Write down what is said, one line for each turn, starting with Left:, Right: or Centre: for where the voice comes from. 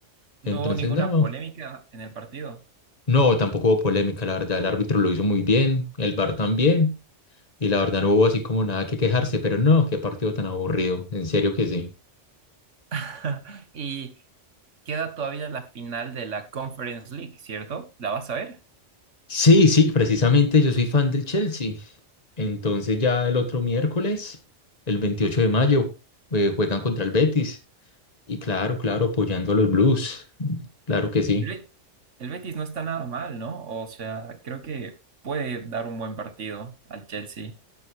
Right: No
Left: Entonces,
Right: hubo ninguna
Left: no.
Right: polémica en el partido.
Left: No, tampoco hubo polémica, la verdad. El árbitro lo hizo muy bien, el VAR también. Y la verdad no hubo así como nada que quejarse, pero no, qué partido tan aburrido. En serio que sí.
Right: <laughs> Y queda todavía la final de la Conference League, ¿cierto? ¿La vas a ver?
Left: Sí, sí, precisamente yo soy fan del Chelsea. Entonces ya el otro miércoles, el 28 de mayo, eh, juegan contra el Betis. Y claro, claro, apoyando a los Blues. Claro que sí.
Right: El Be- el Betis no está nada mal, ¿no? O sea, creo que puede dar un buen partido al Chelsea.